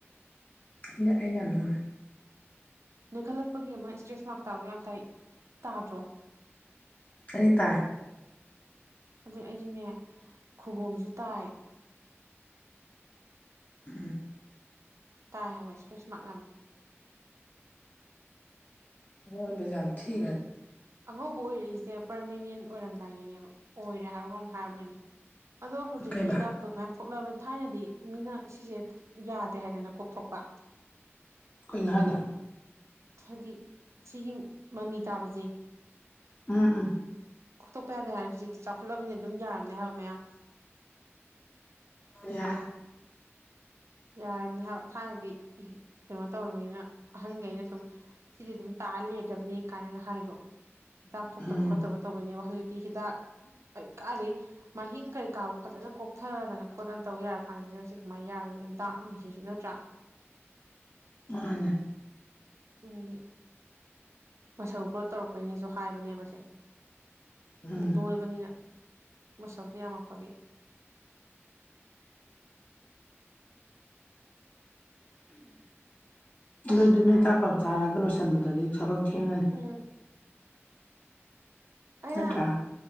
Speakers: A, on the left; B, on the right.
A: ꯑꯩꯗ ꯑꯩꯗ ꯌꯥꯝ ꯅꯣꯏ
B: ꯅꯣꯏꯈꯜꯂꯛꯄꯒꯤ ꯑꯃ ꯏꯁꯇ꯭ꯔꯦꯁ ꯃꯥꯔꯛ ꯇꯥꯕꯗꯣ ꯌꯥꯝ ꯇꯥꯏ ꯇꯥꯗ꯭ꯔꯣ
A: ꯑꯩ ꯇꯥꯏ
B: ꯑꯗꯨ ꯑꯩꯗꯤꯅꯦ ꯈꯨꯕꯣꯝꯁꯨ ꯇꯥꯏ
A: ꯎꯝ
B: ꯇꯥꯏ ꯍꯥꯏꯋꯕ ꯏꯁꯇ꯭ꯔꯦꯁ ꯃꯥꯔꯛ ꯌꯥꯝꯅ
A: ꯅꯣꯏꯕꯖꯤ ꯌꯥꯝ ꯊꯤ
B: ꯑꯉꯧꯕ ꯑꯣꯏꯔꯛꯏꯁꯦ ꯄꯔꯃꯤꯅꯦꯟ ꯑꯣꯏꯔꯝꯗꯥꯏꯒꯤꯅꯦ ꯑꯣꯏꯔꯦ ꯍꯥꯏꯔꯒ ꯍꯥꯏꯕꯅꯦ ꯑꯗꯣ ꯍꯧꯖꯤꯛꯇꯤ
A: ꯀꯩꯕꯥ
B: ꯍꯤꯗꯥꯛꯇꯣ ꯃꯌꯥꯝ ꯊꯣꯛꯂꯕꯅꯤ ꯊꯥꯏꯅꯗꯤ ꯃꯤꯅ ꯁꯤꯁꯦ ꯌꯥꯗꯦ ꯍꯥꯏꯗꯅ ꯀꯣꯛꯊꯣꯛꯄ
A: ꯀꯩꯅꯣ ꯍꯥꯢꯗꯣ
B: ꯍꯥꯏꯗꯤ ꯁꯤꯒꯤ ꯃꯃꯤ ꯇꯥꯕꯁꯦ
A: ꯎꯝ ꯎꯝ
B: ꯀꯣꯛꯊꯠꯇꯣꯛꯄ ꯌꯥꯗꯦ ꯍꯥꯏꯔ ꯍꯧꯖꯤꯛꯇꯤ ꯆꯥꯎꯈꯠꯂꯕꯅꯤ ꯑꯗꯨꯝ ꯌꯥꯔꯝꯅꯦ ꯍꯥꯏꯕ ꯃꯌꯥꯝ
A: ꯌꯥ
B: ꯌꯥꯔꯕꯝꯅꯤ ꯊꯥꯏꯅꯗꯤ ꯀꯩꯅꯣ ꯇꯧꯔꯕꯅꯤꯅ ꯑꯍꯟꯈꯩꯅ ꯁꯨꯝ ꯁꯤꯗꯤ ꯑꯗꯨꯝ ꯇ ꯀꯥ ꯂꯩꯔꯗꯕꯅꯤ ꯀꯥꯏꯅꯒ ꯍꯥꯏꯗꯣ ꯍꯤꯗꯥꯛ ꯊꯣꯛꯇꯕ
A: ꯎꯝ
B: ꯈꯣꯠꯇꯕ ꯇꯧꯕꯣꯏꯅꯦꯕ ꯍꯧꯖꯤꯛꯇꯤ ꯍꯤꯗꯥꯛ ꯀꯔꯤ ꯀꯥ ꯂꯩ ꯃꯍꯤꯡ ꯀꯔꯤ ꯀꯥꯕꯨ ꯐꯖꯅ ꯀꯣꯛꯊꯗꯅ ꯈꯣꯠꯇꯅ ꯇꯧ ꯌꯥꯔ ꯀꯥꯟꯁꯤꯗ ꯁꯤꯗ ꯁꯤ ꯀꯃꯥꯏꯅ ꯌꯥꯔꯤꯅꯣ ꯗꯥꯛꯅꯤ ꯁꯤꯁꯨ ꯅꯠꯇ꯭ꯔꯥ
A: ꯃꯥꯅꯦ
B: ꯎꯗꯤ ꯃꯁꯜ ꯒ꯭ꯔꯣꯠ ꯇꯧꯔꯛꯄꯩꯅꯤꯁꯨ ꯍꯥꯏꯕꯅꯦꯕꯁꯦ
A: ꯎꯝ
B: ꯅꯣꯏꯕꯅꯤꯅ ꯃꯁꯜꯗꯤ ꯌꯥꯝꯃꯄꯒꯤ ꯑꯁ
A: ꯑꯗꯨꯗꯤ ꯅꯣꯏ ꯆꯥꯛ ꯂꯞ ꯆꯥꯔꯒ ꯂꯣꯏꯁꯤꯟꯕꯗꯗꯤ ꯊꯕꯛ ꯊꯦꯉꯅꯤ
B: ꯎꯝ ꯑꯩꯅ
A: ꯅꯠꯇ꯭ꯔꯥ